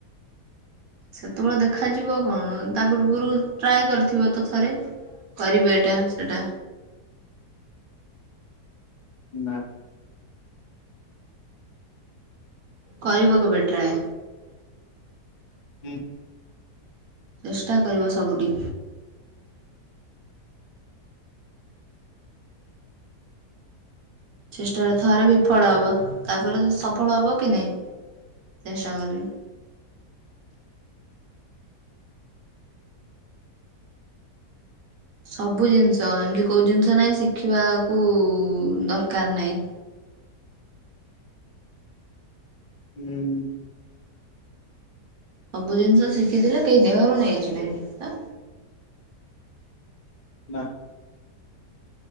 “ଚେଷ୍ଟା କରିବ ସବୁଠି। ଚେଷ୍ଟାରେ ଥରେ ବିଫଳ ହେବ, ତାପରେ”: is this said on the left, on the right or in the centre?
Right